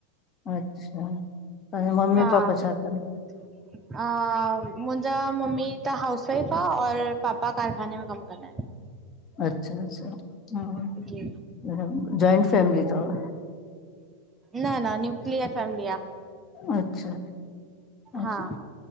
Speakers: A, on the left; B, on the right.
A: अच्छा। तव्हांजा मम्मी
B: हा
A: पापा छा कन?
B: <inaudible> अ मुंजा मम्मी त हाउस वाइफ आ और पापा कारखाने में कम कंदा इन।
A: अच्छा अच्छा हम्म।
B: आहिन जी
A: हम्म जॉइंट फैमिली तव?
B: न न न्यूक्लियर फैमिली आ।
A: अच्छा, अच्छा।
B: हा